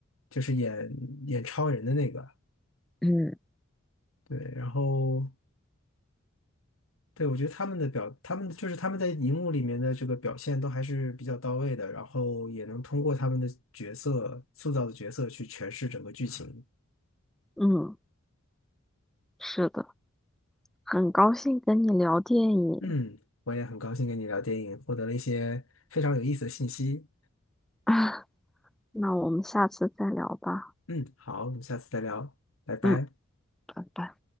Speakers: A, on the left; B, in the centre.
A: 就是演演超人的那个。
B: 嗯
A: 对，然后对，我觉得他们的表，他们就是他们在荧幕里面的这个表现都还是比较到位的，然后也能通过他们的角色塑造的角色去诠释整个剧情。
B: 嗯，是的，很高兴跟你聊电影，
A: 嗯，我也很高兴跟你聊电影，获得了一些非常有意思的信息。
B: <laughs> 啊，那我们下次再聊吧。
A: 嗯，好，我们下次再聊，拜拜。
B: 嗯，拜拜。